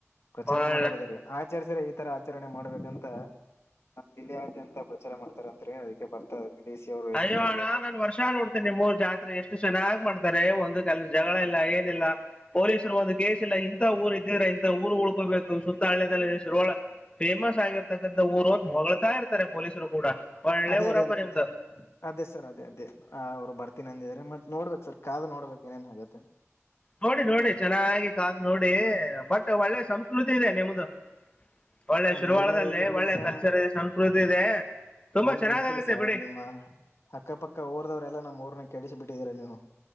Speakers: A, on the left; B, on the left.
A: ಪ್ರಚಾರ
B: ಒಳ್ಳೆ
A: ಮಾಡೋರಿದಾರಿ ಆಚರಿ ಸರಿ ಇದ್ ಇತರ ಆಚರಣೆ ಮಾಡ್ಬೇಕಂತ ಜಿಲ್ಲೆಯಾದ್ಯಂತ ಪ್ರಚಾರ ಮಾಡ್ತಾರತ್ರಿ ಅದಕ್ಕೆ ಬರ್ತಾ. ಡಿ ಸಿ ಅವರು ಎಸ್
B: ಅಯ್ಯೋ
A: ಪಿ ಅವರು
B: ಅಣ್ಣ
A: ಬರ್ತಾರೆ
B: ನಾನ್ ವರ್ಷ ನೋಡ್ತೇನಿಮ್ ಮೂರ್ ಜಾತ್ರೆ ಎಷ್ಟ್. ಎಷ್ಟು ಚೆನ್ನಾಗಿ ಮಾಡ್ತಾರೆ ಒಂದು ಸಲ ಜಗಳ ಇಲ್ಲ <unintelligible> ಏನಿಲ್ಲ ಪೊಲೀಸರು ಒಂದು ಕೇಸ್ ಇಲ್ಲ ಇಂತ ಊರು ಇದ್ದ್ರ ಊರು ಉಳ್ಕೋಬೇಕು ಸುತ್ತ ಹಳ್ಳಿಯದಲ್ಲಿ ಶರ್ ವಳ್ಳ ಫೇಮಸ್ ಆಗಿರುತ್ತೆ. <unintelligible> ಊರು ಹೊಗಳ್ತಾ ಇರ್ತಾರೆ ಪೊಲೀಸರೂ ಕೂಡ ಒಳ್ಳೆ
A: ಅದೇ
B: ಊರಪ್ಪ
A: ಅದೇ ಅದೇ
B: ನಿಮ್ದು.
A: ಅದೇ ಸರ್ ಅದೇ ಅದೇ ಅವ್ರು ಬರ್ತೀನಿ ಅಂದಿದ್ದಾರೆ ಮತ್ ನೋಡು. <unintelligible> ಸರ್ ಕಾದು ನೋಡ್ಬೇಕ್ ಏನೇನ್ ಹಾಗುತ್ತೆ
B: ನೋಡಿ ನೋಡಿ ಚೆನ್ನಾಗಿ ಕಾದ್ ನೋಡಿ ಹೇ ಬಟ್ ಒಳ್ಳೆ ಸಂಸ್ಕೃತಿ ಇದೆ ನಿಮ್ದು. ಒಳ್ಳೆ
A: ಅದೇ
B: ಶುರುವಾಳದಲ್ಲಿ
A: ಏನೇ ಇರ್ಲಿ ಬಿಡಿ
B: ಒಳ್ಳೆ
A: ಸರ್
B: ಕಲ್ಚರ್ ಇದೆ ಸಂಸ್ಕೃತಿ ಇದೆ ತುಂಬಾ
A: ನಮ್ದು
B: ಚೆನ್ನಾಗಾಗುತ್ತೆ
A: ಇದ್ದಿಲ್ಲ ಸಾರ್
B: ಬಿಡಿ
A: ನಿಮ್ಮ ಅಕ್ಕಪಕ್ಕ ಊರ್ದವ್ರೆಲ್ಲಾ ನಮ್ ಊರ್ನನೆಲ್ಲ ಕೆಡಿಸಿ ಬಿಟ್ಟಿದೀರಾ ನೀವು.